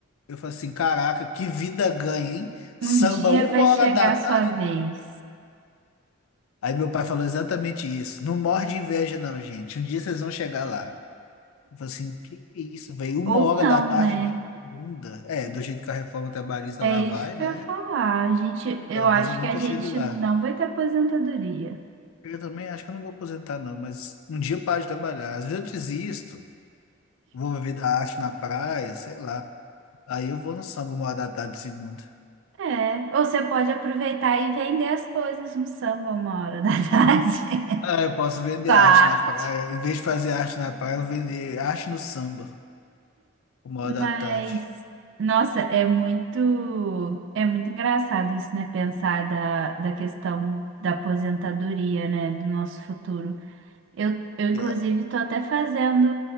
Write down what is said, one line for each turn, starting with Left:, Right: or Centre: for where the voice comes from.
Left: Eu falei assim, caraca, que vida ganha, hein? Samba
Right: um dia
Left: uma
Right: vai
Left: hora
Right: chegar
Left: da tarde.
Right: a sua vez.
Left: Aí meu pai falou exatamente isso. Não morre de inveja, não, gente. Um dia vocês vão chegar lá. Eu falei assim, que que é isso, velho? Uma
Right: Ou
Left: hora
Right: não,
Left: da tarde
Right: né?
Left: de segunda. É, do jeito que a reforma trabalhista
Right: É
Left: lá
Right: isso
Left: vai,
Right: que
Left: né?
Right: eu ia falar. A gente, eu
Left: Talvez
Right: acho
Left: eu nunca
Right: que a gente
Left: chegue lá.
Right: não vai ter aposentadoria.
Left: Eu também acho que eu não vou aposentar, não, mas um dia eu paro de trabalhar. Às vezes eu desisto, vou viver da arte na praia, sei lá. Aí eu vou no samba uma hora da tarde de segunda.
Right: É, ou você pode aproveitar e vender as coisas no samba uma hora da tarde. <laughs>
Left: Ah, eu posso vender
Right: Sua
Left: arte
Right: arte.
Left: na praia. Em vez de fazer arte na praia, eu vou vender arte no samba, uma
Right: Mas,
Left: hora da tarde.
Right: nossa, é muito, é muito engraçado isso, né? Pensar da, da questão da aposentadoria, né? Do nosso futuro. Eu, eu inclusive,
Left: É.
Right: estou até fazendo